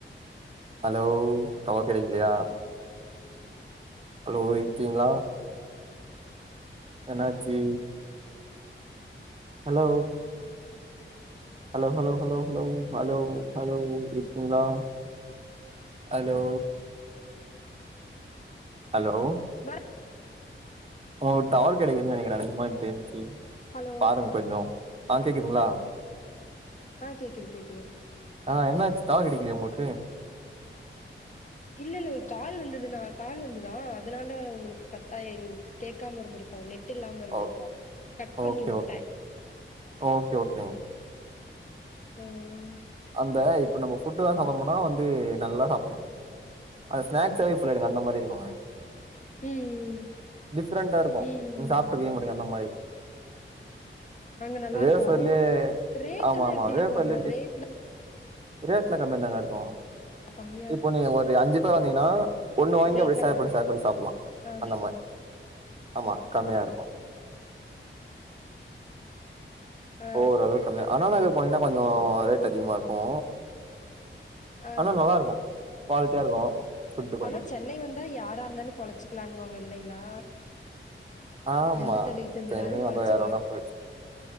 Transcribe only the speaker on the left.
வேற
ஹலோ
ஆ கேக்குது கேக்குது
இல்ல இல்ல ஒரு கால் வந்துது நா கால் வந்துதா அதனால உங்களுக்கு கட்டாயி கேக்காம இருந்திருக்கு நெட் இல்லாம இருந்திருக்கு
கட் பண்ணி
உட்ட
உம்
ம் ம்
ம்
ஆமா
அங்க நல்லா
இருக்கு ரேட்
எல்லா
எப்டி இருக்கு
அங்க
ரேட்லா
கம்மியா
ரேட்லா
கம்மி
ஆ
ஆ
சரி
ஆ
ஆனா சென்னை வந்தா யாரா இருந்தாலு பொழச்சுக்கலான் வாங்க இல்லைங்களா
எந்த தொழில் செஞ்சனாலு
பொழச்சுக்கலா